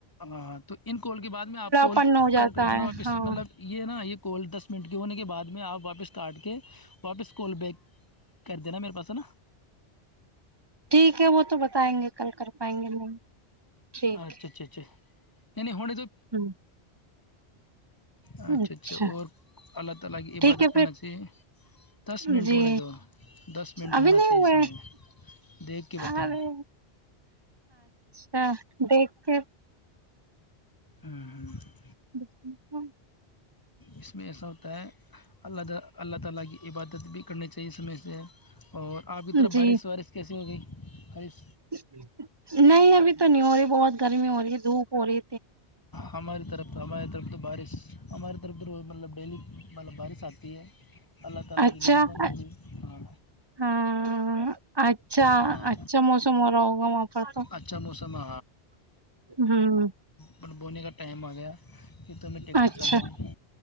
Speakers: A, on the left (about 20°); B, on the right (about 25°).
A: ہاں ہاں تو ان کال کے بعد میں آپ کال
B: پن ہو جاتا
A: کر کر دینا
B: ہے
A: واپس
B: ہاں
A: مطلب یہ کوال دس منٹ کے ہونے کے بعد میں آپ واپس کاٹ کے واپس کال بیک کر دینا میرے پاس نا
B: ٹھیک ہے وہ تو بتائیں گے کل کر پائیں گے نہیں ٹھیک
A: اچھا اچھا اچھا نہیںنی ہوڑ
B: ہے ہ
A: اچھا
B: اچھا
A: اچھا اور اللہ تعالیٰ کی عبادت
B: ٹھیک ہے
A: کرنا چاہیے دس
B: پھر
A: منٹ
B: جی
A: ہونے دو دس منٹ
B: ابھی
A: ہونا
B: نہیں
A: چاہیے
B: ہوئے
A: اس میں دیکھ کے بتاؤ
B: ارے ہ دیکھتے
A: ہاں ہاں
B: <inaudible>
A: اس میں ایسا ہوتا ہے اللہ اللہ تعالیٰ کی عبادت بھی کرنی چاہیے سمے سے اور آپ کی طرف
B: جی
A: بارش وارش کیسی ہو گئی بارش
B: نہیں ابھی تو نہیں ہو رہی بہت گرمی ہو رہی ہے د پوری
A: ہماری طرف ہماری طرف تو بارش ہماری طرف جو رو مطلب ڈیلی مطلب بارش آتی ہے اللہ تلگ
B: اچھا
A: نو بندی ہ
B: ہاں اچھا
A: ہاں
B: اچھا موسم ہو رہا ہوگا وہاں پر تو
A: اچھا موسم ہے
B: ہ
A: بٹ بونے کا ٹائم آ گیا کہ تو ہمیں ٹیکٹر
B: اچھا
A: چل رہے